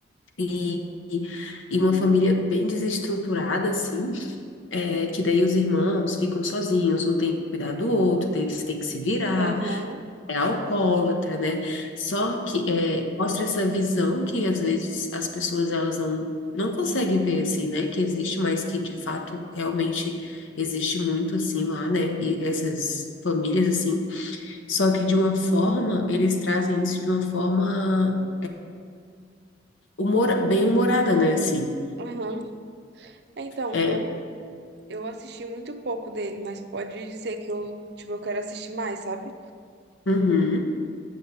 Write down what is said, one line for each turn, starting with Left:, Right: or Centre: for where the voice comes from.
Left: e, e e uma família bem desestruturada, assim, é, que daí os irmãos ficam sozinhos, um tem que cuidar do outro, daí eles têm que se virar,
Right: Aham.
Left: é alcoólatra, né? Só que é, mostra essa visão que às vezes as pessoas elas não, não conseguem ver assim, né? Que existe, mas que de fato realmente existe muito assim lá, né? E essas famílias assim. Só que de uma forma, eles trazem isso de uma forma humor, bem humorada, né? Assim.
Right: Aham. É, Então,
Left: É,
Right: eu, eu assisti muito pouco dele, mas pode dizer que eu, tipo, eu quero assistir mais, sabe?
Left: uhum.